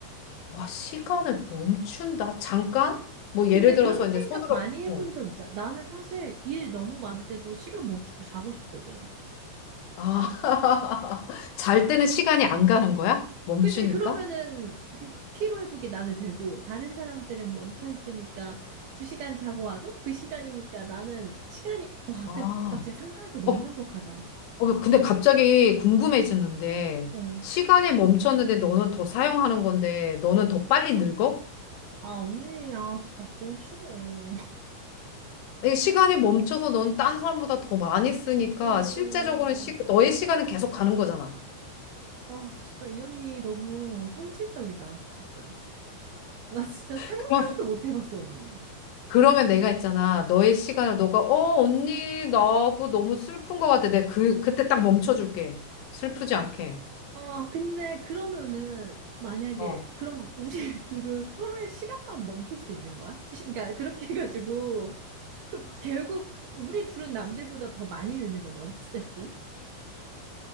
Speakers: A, on the left (about 80°); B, on the right (about 75°).
A: 와, 시간을 멈춘다. 잠깐? 뭐
B: 근데
A: 예를 들어서
B: 그런
A: 이제
B: 생각
A: 손으로
B: 많이 해본
A: 어.
B: 적 있잖아. 나는 사실 일 너무 많을 때도 시간 멈추고 자고 싶거든.
A: 아, <laughs> 잘 때는 시간이 안 가는 거야? 멈추니까?
B: 그치, 그러면은 그 피로회복이 나는 되고, 다른 사람들은 멈춰 있으니까 두 시간 자고 와도 그 시간이니까 나는 시간이, 와,
A: 아.
B: 근데 나 지금 상상하니까 너무
A: 어,
B: 행복하다.
A: 어, 근데 갑자기 궁금해졌는데,
B: 어,
A: 시간이 멈췄는데 너는 더 사용하는 건데, 너는
B: 어.
A: 더 빨리 늙어?
B: 아, 언니야, 자고 싫어. <laughs>
A: 이 시간이 멈춰서 넌 딴 사람보다 더 많이 쓰니까,
B: 어...
A: 실제적으로는 시, 너의 시간은 계속 가는 거잖아.
B: 아, 진짜 이 언니 너무 현실적이다, 진짜. 나 진짜 상상도
A: 그럼,
B: 못 해봤어, 언니.
A: 그러면 내가 있잖아. 너의 시간을 너가, 어, 언니, 나 그거 너무 슬픈 것 같아. 내가 그, 그때 딱 멈춰줄게. 슬프지 않게.
B: 아, 근데 그러면은 만약에
A: 어.
B: 그럼 우리 <laughs> 둘은 서로의 시간만 멈출 수 있는 거야? 시- 그러니까 그렇게 해가지고 그럼 결국 우리 둘은 남들보다 더 많이 늙는 거네, 어찌됐든.